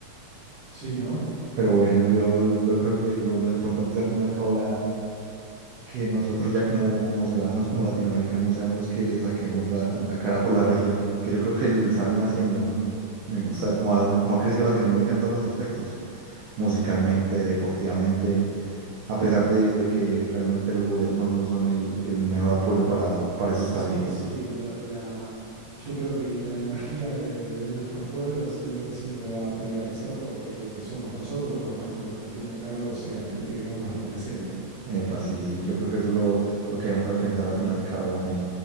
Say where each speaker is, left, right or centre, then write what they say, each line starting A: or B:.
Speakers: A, on the right; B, on the right.
A: Sí, ¿no?
B: Pero bueno, yo, yo creo que lo, lo importante es al fin y al cabo que nosotros ya como, como ciudadanos, como latinoamericanos, seamos los que saquemos la, la cara por la región, que yo creo que él se ha venido haciendo. Me gusta cómo ha, cómo ha crecido Latinoamérica en todos los aspectos, musicalmente, deportivamente, a pesar de, de que realmente los gobiernos no son el, el mejor apoyo para, para esos
A: Sí,
B: talentos.
A: sí, lo- la, yo creo que la energía de, de nuestros pueblos es lo que siempre va a prevalecer porque es lo que somos nosotros, por más que los que estén a cargo sean gente que no nos representa.
B: Epa, sí, sí, yo creo que eso es lo, lo que vamos a pensar al fin y al cabo, hombre.